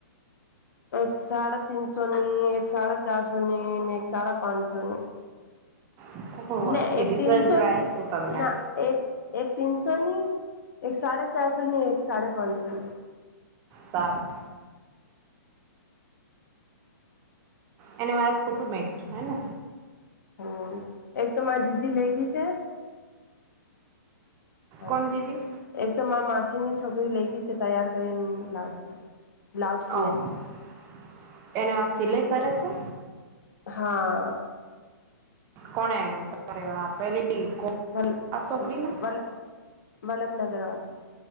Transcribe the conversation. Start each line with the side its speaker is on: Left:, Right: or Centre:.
Left: એક સાડા ત્રણસોની એક સાડા ચારસો ની અને એક સાડા પાંચસો ની
Right: લાયા
Left: ના
Right: સિરીઝ
Left: એક તીનસોની
Right: લાયા શું તમને
Left: ના એક <unintelligible> તીન સોની એક સાડાચારસોની એક સાડાપાંચસોની
Right: સારું એને મારે ફોટો મેકયુ હે ને
Left: હમ <unintelligible> એક તો મારી જીજી લઈ ગઈ છે. હલો
Right: કોણ દીદી
Left: <inaudible> એક તો મારી માસીની છોકરી લઈ ગઈ છે. તૈયાર કરીને લાવશે બ્લાઉઝ સિલાઈને
Right: ઓ <unintelligible> એને આ સિલાઈ કરે છે.
Left: હા.
Right: કોણે <inaudible> પેલી કો-
Left: વલ
Right: આ છોકરીને
Left: વલ વલ્લભનગર આવશે.